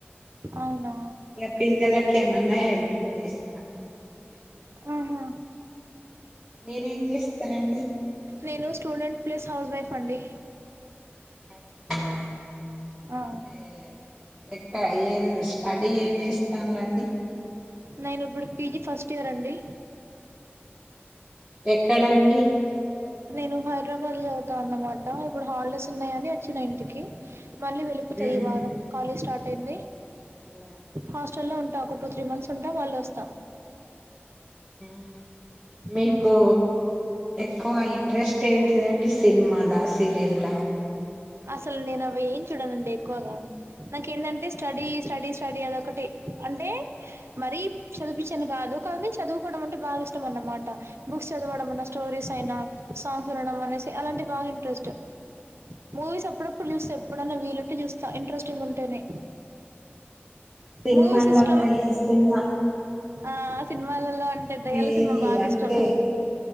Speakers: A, on the right (about 75°); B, in the centre.
A: అవునా
B: ఇగ పిల్లలకి ఏమన్నా హేల్పింగ్ చేస్త
A: ఆహా
B: మీరేం చేస్తారండి
A: నేను స్టూడెంట్ ప్లస్ హౌస్ వైఫ్ అండి
B: అట్లానా
A: ఆ
B: అంటే ఎట్టా ఏం స్టడీ ఏం చేస్తానులాండి
A: నేను ఇప్పుడు పీజీ ఫస్ట్ ఇయర్ అండి
B: ఎక్కడ అండి
A: నేను హైదరాబాద్ లో చదువుతా అన్నమాట ఇప్పుడు హాలిడేస్ ఉన్నాయని వచ్చిన ఇంటికి మళ్ళీ వెళ్ళి పోతా
B: ఉమ్
A: ఈ వారం కాలేజ్ స్టార్ట్ అయింది
B: అలాగా
A: హాస్టల్ లో ఉంటా ఒక టూ త్రీ మంథ్స్ ఉంటా మళ్ళీ వస్తా
B: ఉమ్ మీకు
A: హ్మ్
B: ఎక్కువ ఇంట్రెస్ట్ ఏంటిదండి సినిమాల సీరియల్లా
A: అసలు నేను అవి ఏం చూడనండి ఎక్కువగా నాకేంటంటే స్టడీ స్టడీ స్టడీ అదొకటి అంటే మరీ చదువుపిచ్చి కాదు కానీ చదువుకోవడం అంటే బాగా ఇష్టం అన్నమాట బుక్స్ చదువడం అన్న స్టోరీస్ అయినా సాంగ్స్ వినడం అనేసి అలాంటి బాగా ఇంట్రెస్ట్ మూవీస్ అప్పుడప్పుడు చూస్తా ఎప్పుడైనా వీలుంటే చూస్తా ఇంట్రెస్టింగ్ ఉంటేనే
B: సినిమాలలో
A: మూవీస్ ఇష్టం
B: ఏ సినిమా
A: ఆ సినిమాలలో అంటే దయ్యాల
B: ఏది
A: సినిమా బాగా
B: అంటే
A: ఇష్టం